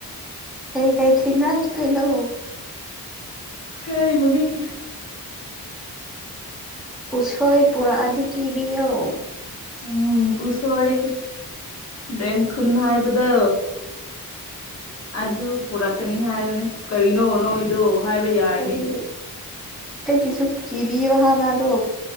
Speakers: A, in the centre; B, on the left (about 45°).
A: ꯀꯩ ꯀꯩ ꯊꯤꯟꯂꯛꯇꯧꯔꯤꯅꯣ
B: ꯃꯃꯤꯡ
A: ꯎꯁꯣꯏ ꯄꯨꯔꯛꯑꯗꯤ ꯄꯤꯕꯤꯌꯣ
B: ꯎꯝ ꯎꯁꯣꯏ ꯔꯦꯡꯊꯨꯟ ꯍꯥꯏꯕꯗꯣ ꯑꯗꯨ ꯄꯨꯔꯛꯀꯅꯤ ꯍꯥꯏ ꯀꯩꯅꯣ ꯅꯣꯛꯏꯗꯣ ꯍꯥꯏꯕ ꯌꯥꯏꯅꯦ
A: ꯑꯗꯨ ꯑꯩꯒꯤꯁꯨ ꯄꯤꯕꯤꯌꯨ ꯍꯥꯏꯕ ꯑꯗꯣ